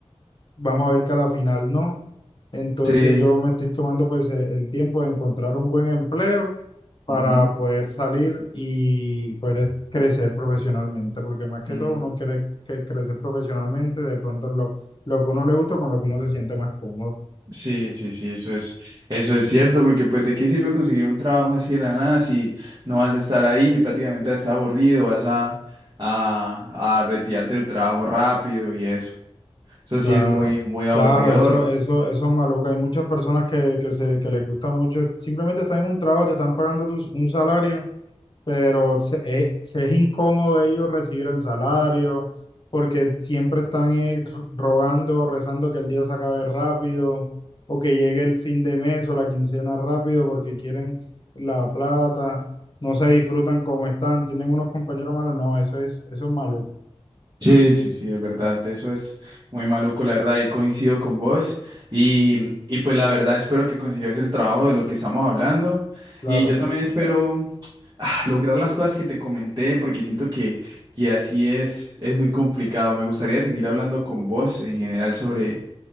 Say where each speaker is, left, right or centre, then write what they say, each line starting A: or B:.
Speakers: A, on the left; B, on the right.
A: vamos a ver que a la final no. Entonces
B: Sí.
A: yo me estoy tomando pues e- el tiempo de encontrar un buen empleo para
B: ujú,
A: poder salir y poder crecer profesionalmente, porque más que
B: mm,
A: todo uno quiere que crecer profesionalmente, de pronto lo, lo que uno le gusta con lo que uno se siente más cómodo.
B: Sí, sí, sí, eso es, eso es cierto, porque pues de qué sirve conseguir un trabajo así de la nada si no vas a estar ahí, prácticamente vas a estar aburrido, vas a, a, a retirarte del trabajo rápido y eso. Eso
A: Claro,
B: sí es muy, muy aburridor.
A: claro, eso, eso, eso es maluco. Hay muchas personas que, que se, que les gusta mucho, simplemente están en un trabajo, te están pagando tus- un salario pero se, eh, se es incómodo ellos recibir el salario, porque siempre están eh, r- rogando o rezando que el día se acabe rápido, o que llegue el fin de mes o la quincena rápido, porque quieren la plata, no se disfrutan como están, tienen unos compañeros malos, no, eso es, eso es maluco,
B: Sí, sí, sí, es verdad. Eso es muy maluco, la verdad, y coincido con vos. Y, y pues la verdad espero que consigas el trabajo de lo que estamos hablando.
A: claro,
B: Y yo también espero ah, lograr las cosas que te comenté, porque siento que, que así es, es muy complicado. Me gustaría seguir hablando con vos en general sobre,